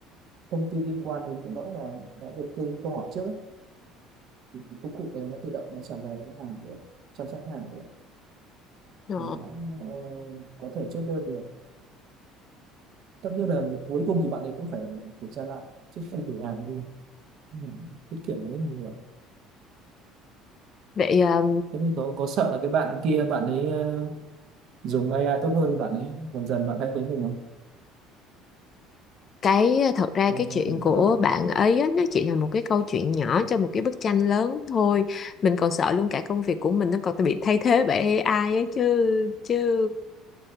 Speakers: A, on the right (about 55°); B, on the left (about 40°).
A: thông tin liên quan đến cái đó là đã được kênh câu hỏi trước ấy. thì cái công cụ đấy nó tự động nó trả lời cái hàng được chăm sóc hàng được
B: Ờ.
A: thì nó ờ, có thể chốt đơn được tất nhiên là cuối cùng thì bạn ấy cũng phải kiểm tra lại trước khi thử hàng đi Nhưng tiết kiệm là rất nhiều
B: Vậy à,
A: thế mình có có sợ là cái bạn kia bạn ấy ờ, dùng AI tốt hơn bạn ấy dần dần bạn thay thế mình không
B: cái ờ, thật ra
A: trong
B: cái
A: trong
B: chuyện
A: công việc
B: của
A: của cậu ấy.
B: bạn ấy á, nó chỉ là một cái câu chuyện nhỏ cho một cái bức tranh lớn thôi mình còn sợ luôn cả công việc của mình nó còn bị thay thế bởi AI ấy chứ chứ